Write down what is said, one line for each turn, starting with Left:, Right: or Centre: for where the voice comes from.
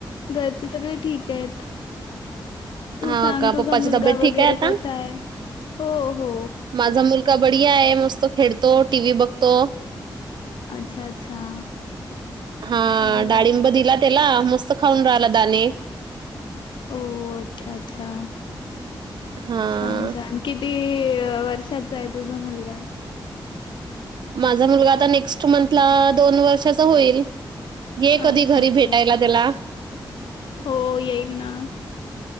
Left: घरचे सगळे ठीक आहेत तू
Right: हाव
Left: सांग
Right: का
Left: तुझा
Right: पप्पाची
Left: मुलगा
Right: तब्येत
Left: वगैरे
Right: ठीक आहे आता
Left: कसा आहे? हो हो
Right: माझा मुलगा बडिया आहे मस्त खेळतो टीव्ही बघतो
Left: अच्छा अच्छा
Right: हा
Left: चांगलं
Right: डाळिंब
Left: आहे.
Right: दिला त्याला मस्त खाऊन राहिला दाणे
Left: ओ अच्छा अच्छा
Right: हां.
Left: छान छान किती वर्षाचा आहे तुझा मुलगा
Right: माझा मुलगा आता नेक्स्ट मंथला दोन वर्षाचा होईल ये
Left: हा
Right: कधी
Left: अच्छा
Right: घरी
Left: अच्छा
Right: भेटायला त्याला.
Left: हो येईल ना